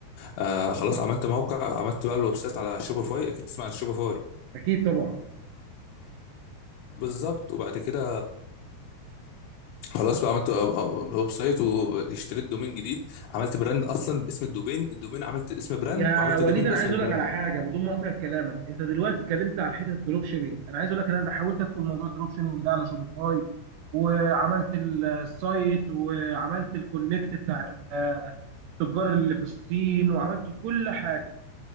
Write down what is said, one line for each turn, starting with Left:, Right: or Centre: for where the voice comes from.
Left: آه خلاص عملت موقع عملت بقى الويب سايت على شوبيفاي اكيد تسمع عن شوبيفاي
Right: اكيد طبعا
Left: بالظبط وبعد كده خلاص بقى عملت ويب سايت واشتريت دومين جديد عملت براند اصلا باسم الدومين الدومين عملت اسم براند
Right: يا
Left: وعملت
Right: وليد
Left: دومين
Right: انا
Left: باسم
Right: عايز
Left: البراند
Right: اقول لك على حاجه بدون ما اقطع كلامك انت دلوقتي اتكلمت عن حته الدروب شيبينج انا عايز اقول لك ان انا حاولت ادخل موضوع الدروب شيبينج ده على شوبيفاي وعملت ال- السايت وعملت الكونكت بتاع ال- التجار اللي في الصين وعملت كل حاجه